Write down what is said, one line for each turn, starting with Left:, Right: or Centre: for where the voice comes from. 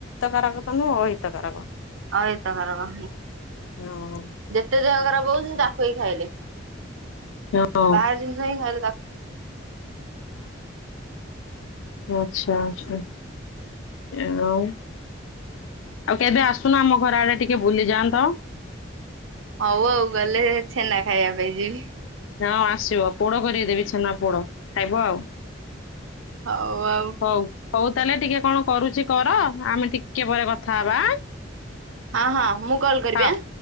Left: ଖରାପ ତ ନୁହଁ ଅହିତକାରକ।
Right: ଅହିତ କାରକ।
Left: ଆଉ
Right: ଯେତେ ଦେହ ଖରାପ ହଉ ସେ ତାକୁ ହିଁ ଖାଇଲେ।
Left: ହଁ
Right: ବାହାର ଜିନିଷ ହିଁ ଖାଇଲେ ତା
Left: ଆଚ୍ଛା, ଆଛା ଆଉ ଆଉ କେବେ ଆସୁନ ଆମ ଘର ଆଡେ ଟିକେ ବୁଲିଯାଆନ୍ତ।
Right: ହଉ ଆଉ ଗଲେ ଛେନା ଖାଇବା ପାଇଁ ଯିବି।
Left: ହଁ ଆସିବ ପୋଡ କରି କି ଦେବି ଛେନା ପୋଡ ଖାଇବ ଆଉ।
Right: ହଉ ଆଉ।
Left: ହଉ ହଉ ତାହେଲେ ଟିକେ କଣ କରୁଚି କର ଆମେ ଟିକେ ପରେ କଥା ହବା ଆଁ।
Right: ହଁ ହଁ ମୁଁ କଲ୍ କରିବି
Left: ହଉ।
Right: ଆଁ।